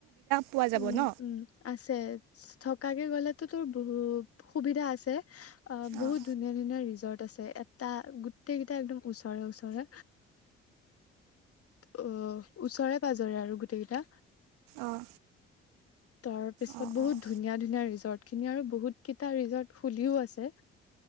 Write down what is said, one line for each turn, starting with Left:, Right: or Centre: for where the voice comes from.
Right: পোৱা যাব
Left: উম'-উম,
Right: ন
Left: আছে, থকাকে গলে তো বহুত সুবিধা আছে। অ' বহুত
Right: অঁ
Left: ধুনীয়া ধুনীয়া ৰিজৰ্ট আছে, এটা গোটেই কেইটা একদম ওচৰে ওচৰে অঁ ওচৰে পাজৰে আৰু গোটেই কেইটা
Right: অঁ
Left: তাৰ পিছত
Right: অঁ
Left: বহুত
Right: অঁ
Left: ধুনীয়া ধুনীয়া ৰিজৰ্ট খিনি আৰু বহুত কেইটা ৰিজৰ্ট খুলিও আছে